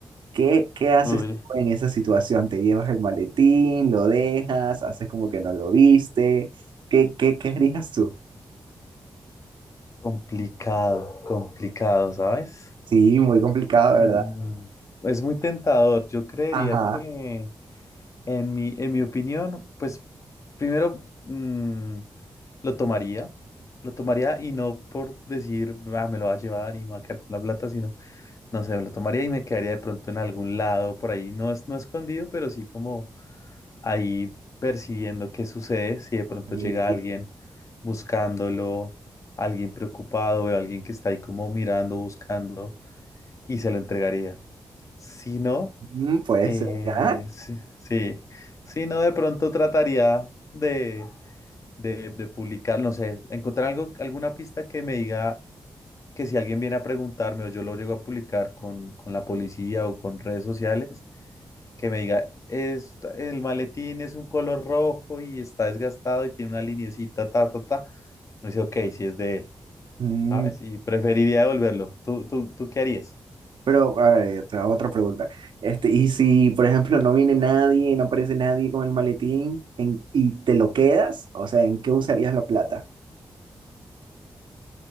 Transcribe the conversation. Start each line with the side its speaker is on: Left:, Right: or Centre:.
Right: ¿Qué, qué haces
Left: Uy,
Right: tú en esa situación? ¿Te llevas el maletín? ¿Lo dejas? ¿Haces como que no lo viste? ¿Qué, qué, qué harías tú?
Left: complicado, complicado, ¿sabes?
Right: Sí, muy complicado, ¿verdad?
Left: Mm, es muy tentador. Yo creería
Right: Ajá.
Left: que, en mi, en mi opinión, pues primero mm, lo tomaría, lo tomaría y no por decir, "Ah, me lo va a llevar y me va a quedar con la plata, sino, no sé, me lo tomaría y me quedaría de pronto en algún lado por ahí, no es no escondido, pero sí como ahí percibiendo qué sucede, si de pronto
Right: sí,
Left: llega alguien buscándolo, alguien preocupado, veo a alguien que está ahí como mirando, buscando, y se lo entregaría. Si no,
Right: mm, puede
Left: eh,
Right: ser, ¿ya?
Left: sí, sí. Si no, de pronto trataría de, de, de publicar, no sé, encontrar algo, alguna pista que me diga que si alguien viene a preguntarme o yo lo llego a publicar con, con la policía o con redes sociales, que me diga, es, el maletín es un color rojo y está desgastado y tiene una liniecita, ta, ta, ta. Me dice, ok, si es de él,
Right: Mm,
Left: ¿sabes? Y preferiría devolverlo. ¿Tú, tú, tú qué harías?
Right: pero, a ver, te hago otra pregunta. Este, y si, por ejemplo, no viene nadie, no aparece nadie con el maletín en- y te lo quedas, o sea, ¿en qué usarías la plata?